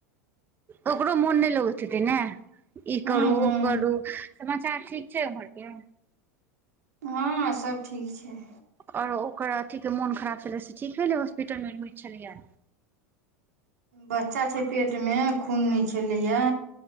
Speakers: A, on the right; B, on the right.
A: ओकरो मोन नै लगैत ने ई
B: हूँ
A: करू
B: हूँ
A: ओ करू समाचार ठीक छै उम्हर केँ
B: हँ सब ठीक छै
A: आओर ओकर अथी के मोन खराब छलै से ठीक भेलै हॉस्पिटल मे एडमिट छलैया
B: बच्चा छै पेट मे खून नय छलैया